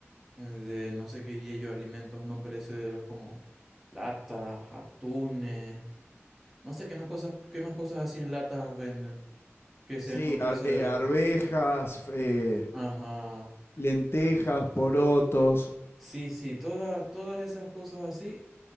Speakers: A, in the centre; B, on the left.
A: de no sé qué diría yo, alimentos no perecederos como latas, atunes, no sé qué más cosas, qué más cosas así en latas venden que sean
B: sí,
A: no perecederas.
B: ar- eh, arvejas, eh,
A: Ajá.
B: lentejas, porotos.
A: Sí, sí, todas, todas esas cosas así,